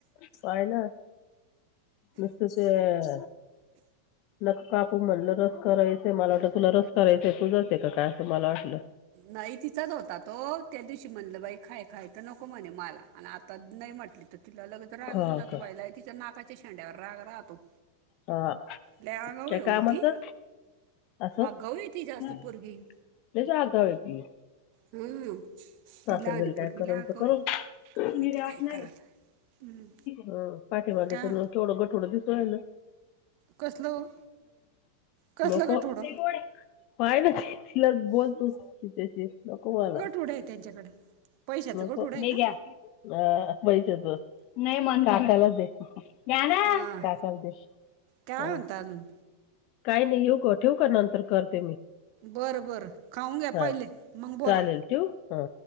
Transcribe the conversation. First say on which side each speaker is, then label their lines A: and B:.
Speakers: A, on the left (about 40°); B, on the right (about 45°).
A: पाहा ना ना नुसतच..... न कापू म्हणलं रस करायचंय मला वाट तुला रस करायचंय तुझच आहे काय असं मला वाटलं.....
B: नाही तिचाच होता तो त्या दिवशी म्हणलं बाई खाय खाय तर नको म्हणे मला.... आणि आता नाही म्हटली तर तिला लगेच राग
A: हा
B: येऊन जातो
A: का
B: बाहिला तिच्या नाकाच्या शेंड्यावर राग राहतो.....
A: हा
B: लय आगाऊ
A: काय
B: आहे हो
A: कामाचं....
B: ती
A: असं
B: आगाऊ आहे ती जास्त
A: त्याच्या
B: पोरगी
A: आगाव आहे की...
B: हम्म!
A: सासर
B: ती लहानी
A: घरी काय
B: पोरगी
A: करल
B: लय आगाऊ
A: करणारे....
B: आहे काय माहिती काय करायला हम्म
A: ह पाठीेमागे
B: काय
A: तर केवडं गठोडं दिसून राहील...
B: कसलं
A: <inaudible>
B: कसलं गठुडं
A: पाहिलं तिला बोलतो त्या नको मला.
B: पुढे आहे त्यांच्याकडे पैशाचं
A: नको
B: गठुडं आहे
A: हे
B: का
A: घ्या. अ वैच तो नाही मग काकाला दे घ्याना
B: हा
A: काकालदे हो
B: काय म्हणता अजून
A: काही नाही येऊ का ठेव का नंतर करते मी
B: बरं बरं खाऊन घ्या
A: हा
B: पहिले मग
A: चालेल
B: बोला
A: ठेवू हा